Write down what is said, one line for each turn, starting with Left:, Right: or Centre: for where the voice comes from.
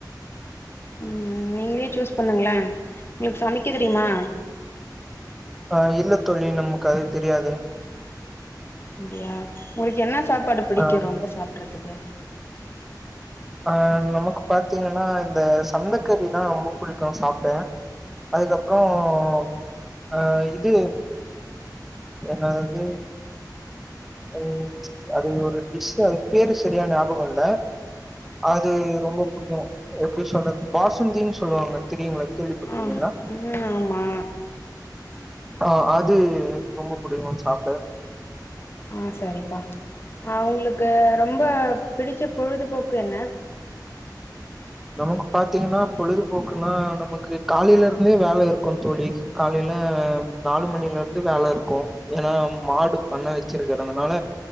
Left: ம் நீங்களே சூஸ் பண்ணுங்களன் உங்களுக்கு சமைக்க தெரியுமா
Centre: ஆ இல்ல தோழி நமக்கு அது தெரியாது
Left: அப்டியா உங்களுக்கு என்ன சாப்பாடு புடிக்கும்
Centre: ஆ
Left: ரொம்ப சாப்டறதுக்கு
Centre: அ நமக்கு பாத்தீங்கன்னா இந்த சந்தக்கறிதான் ரொம்ப புடிக்கும் சாப்ட அதுக்கப்றோம் அ இது என்னதது ம் அது ஒரு டிஷ்சு அது பேரு செரியா ஞாபகோம் இல்ல அது ரொம்ப புடிக்கும் எப்டி சொல்றது பாசுந்தின்னு சொல்லுவாங்க தெரியுங்களா கேள்விப்பட்ருக்கீங்களா
Left: ஆ ம் ஆமா
Centre: ஆ அது ரொம்ப புடிக்கும் சாப்ட
Left: ஆ செரிப்பா ஆ உங்ளுக்கு ரொம்ப பிடிச்ச பொழுதுபோக்கு என்ன
Centre: நமக்கு பாத்திங்ன்னா பொழுதுபோக்குன்னா நமக்கு காலைல இருந்தே வேல இருக்கும் தோழி காலையில நாலு மணில இருந்து வேல இருக்கும் ஏன்னா மாடு பண்ண வச்சிருக்கறதனால